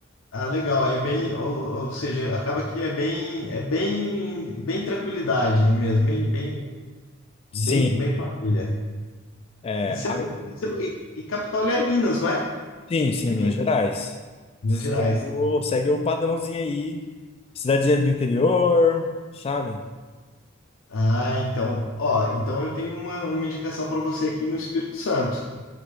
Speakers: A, on the left (about 80°); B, on the left (about 30°).
A: ah, legal, é bem, ou, ou seja, acaba que é bem é bem bem tranquilidade mesmo, bem bem
B: Sim,
A: bem, bem família.
B: é,
A: Isso
B: aí-
A: é bom. Isso é bom. E, e Capitólio é Minas, não é?
B: sim, sim,
A: É Minas,
B: Minas Gerais.
A: Minas
B: Segue
A: Gerais.
B: o, segue o padrãozinho aí, cidadezinha do interior, sabe?
A: Ah, então, ó, então eu tenho uma, uma indicação para você aqui no Espírito Santo.